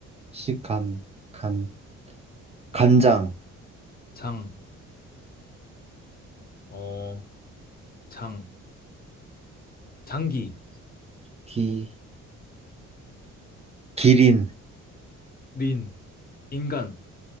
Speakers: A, on the right; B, on the left.
A: 시, 간, 간, 간장,
B: 장, 어, 장, 장기,
A: 기, 기린,
B: 린, 인간,